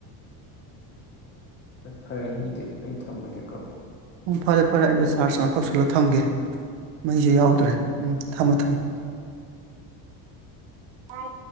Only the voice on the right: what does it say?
ꯎꯝ ꯐꯔꯦ ꯐꯔꯦ ꯑꯩꯁꯨ ꯆꯥꯔꯖ ꯑꯃ ꯇꯧꯁꯤꯜꯂ ꯊꯝꯒꯦ ꯃꯩꯁꯨ ꯌꯥꯎꯗ꯭ꯔꯦ ꯎꯝ ꯊꯝꯃꯣ ꯊꯝꯃꯣ ꯑ